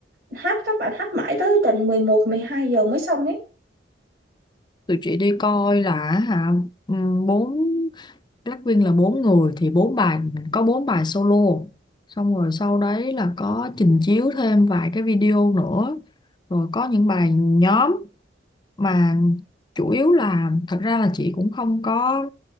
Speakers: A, on the right; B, on the left.
A: hát các bạn hát mãi tới tận mười một mười hai giờ mới xong ấy.
B: Tụi chị đi coi là hả ừm, bốn Blackpink là bốn người thì bốn bài có bốn bài solo. Xong rồi sau đấy là có trình chiếu thêm vài cái video nữa. Rồi có những bài nhóm mà chủ yếu là thật ra là chị cũng không có